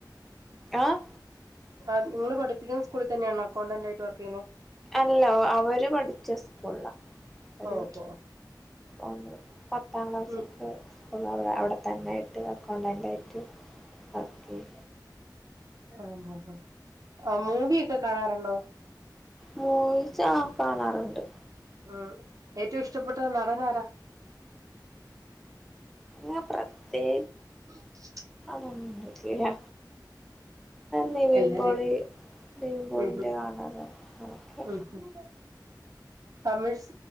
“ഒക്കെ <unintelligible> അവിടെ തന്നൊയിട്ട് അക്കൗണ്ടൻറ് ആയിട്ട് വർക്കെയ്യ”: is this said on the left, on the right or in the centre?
Centre